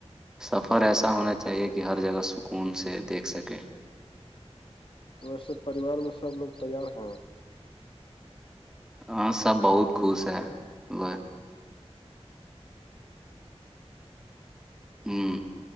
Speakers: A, in the centre; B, on the left (about 50°).
A: سفر ایسا ہونا چاہیے کہ ہر جگہ سکون سے دیکھ سکیں
B: ویسے پریوار میں سب لوگ تیار ہیں
A: ہاں سب بہت خوش ہے لو ہوں